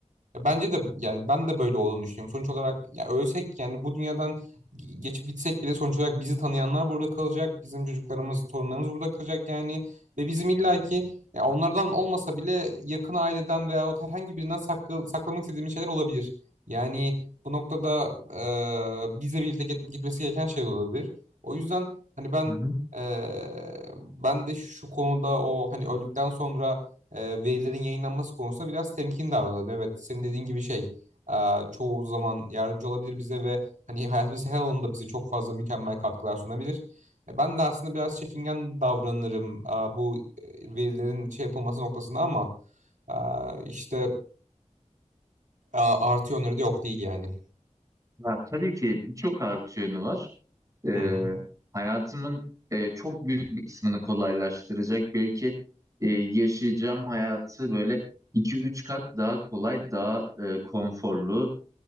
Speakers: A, on the right (about 85°); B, on the right (about 25°).
A: Ya Bence de yani ben de böyle olduğunu düşünüyorum. Sonuç olarak ya ölsek yani bu dünyadan ge- geçip gitsek bile sonuç olarak bizi tanıyanlar burada kalacak. Bizim çocuklarımız, torunlarımız burada kalacak yani. Ve bizim illaki ya onlardan olmasa bile yakın aileden veyahut herhangi birinden saklı, saklamak istediğimiz şeyler olabilir. Yani bu noktada e, bizle birlikte git- gitmesi gereken şey de olabilir. O yüzden hani ben
B: Hı hı.
A: e, ben de şu konuda o hani öldükten sonra e, verilerin yayınlanması konusunda biraz temkin davranalım. Evet, senin dediğin gibi şey e, çoğu zaman yardımcı olabilir bize ve hani hayatımızın her alanında bize çok fazla mükemmel katkılar sunabilir. E, Ben de aslında biraz çekingen davranırım e, bu e, verilerin şey yapılması noktasında ama e, işte e, artı yönleri de yok değil yani.
B: Ya, tabii ki birçok artı yönü var. Ee,
A: Hı hı.
B: hayatımın e, çok büyük bir kısmını kolaylaştıracak. Belki e, yaşayacağım hayatı böyle iki üç kat daha kolay, daha e, konforlu.